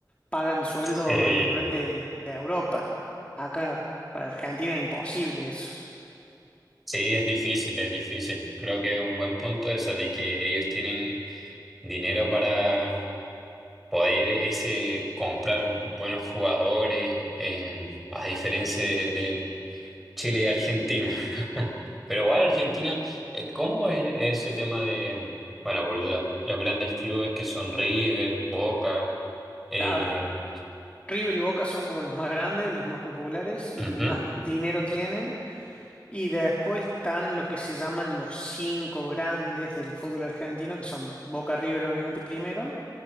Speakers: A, on the left; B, in the centre.
A: pagan sueldo
B: <laughs> sí,
A: a nivel de, de Europa. Acá para Argentina es imposible eso.
B: sí, es difícil, es difícil. Creo que es un buen punto eso de que ellos tienen dinero para poder ese comprar buenos jugadores, eh, a diferencia de, de Chile y Argentina. <laughs> Pero igual Argentina, eh, ¿cómo es ese tema de, bueno, por los, los grandes clubes que son River, Boca? Eh,
A: Ah, River y Boca son como los más grandes, los más populares, los
B: ujú,
A: que más dinero tienen Y después están los que se llaman los cinco grandes del fútbol argentino, que son Boca River, obviamente, primero,